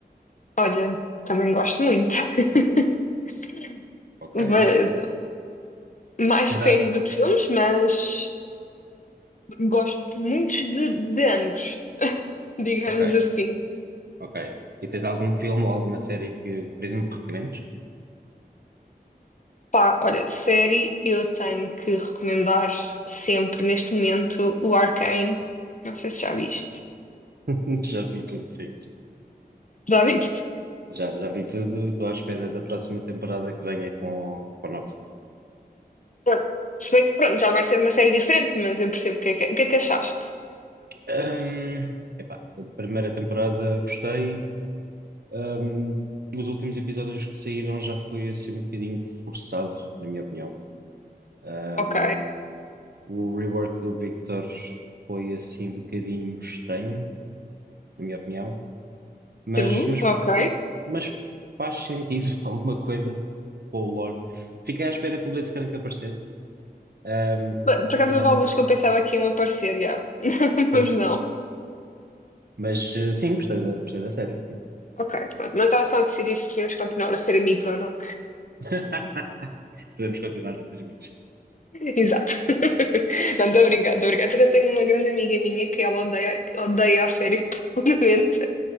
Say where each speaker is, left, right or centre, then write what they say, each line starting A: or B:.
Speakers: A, on the left; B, on the right.
A: olha, também gosto muito. <laughs>
B: Ok.
A: Va- Mais de
B: Tens
A: séries
B: a-
A: do que filmes, mas gosto muito de, de ambos, digamos
B: Ok,
A: assim.
B: ok. E tens algum filme ou alguma série que, por exemplo, recomendes?
A: Pá, olha, série eu tenho que recomendar sempre neste momento o Arcane. Não sei se já viste.
B: <laughs> Já vi tudo, sim.
A: Já viste?
B: Já, já vi tudo, estou à espera da próxima temporada que venha com, com o Noxus.
A: Pronto. Se bem que pronto, já vai ser uma série diferente, mas eu percebo o que é que, é. o que é que achaste.
B: Ahm, epá, a primeira temporada gostei. Ahm, os últimos episódios que saíram já foi assim um bocadinho forçado, na minha opinião. Ahm,
A: Ok,
B: o rework do Victor foi assim um bocadinho estranho, na minha opinião, mas,
A: true,
B: mas,
A: ok.
B: mas faz sentido <laughs> alguma coisa com o lore. Fiquei à espera que o Blitzcrank aparecesse, ahm,
A: Bem,
B: mas
A: Por acaso
B: afinal
A: houve
B: não
A: alguns
B: apareceu.
A: que eu pensava que iam aparecer, já. <laughs>
B: Pois.
A: Mas não.
B: Mas eh, sim, gostei da, gostei da série, sim.
A: Ok, pronto. Não estava só a decidir se queríamos continuar a ser amigos ou não.
B: <laughs> Podemos continuar a ser amigos.
A: <laughs> Exato. <laughs> Não, estou a brincar, estou a brincar. Por acaso tenho uma grande amiga minha que ela odeia, odeia a série <laughs> profundamente.